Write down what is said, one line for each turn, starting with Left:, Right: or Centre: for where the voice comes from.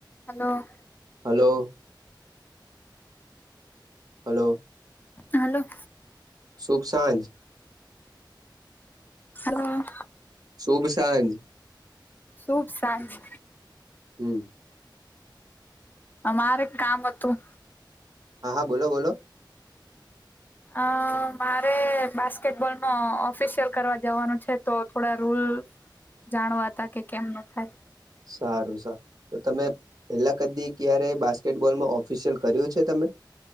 Left: Hello.
Right: Hello. Hello.
Left: Hello.
Right: શુંભ સાંજ.
Left: Hello.
Right: શુભ સાંજ.
Left: શુભ સાંજ.
Right: હમ્મ.
Left: અમારે કામ હતું.
Right: હા-હા બોલો-બોલો.
Left: અ મારે બાસ્કેટબોલનો ઓફિસિયલ કરવા જવાનું છે તો થોડા રુલ. જાણવા હતા કે કેમનું થાય.
Right: સારું-સારું. તો તમે પેલા કદી ક્યારે બાસ્કેટબોલમાં ઓફિસિયલ કર્યું છે તમે.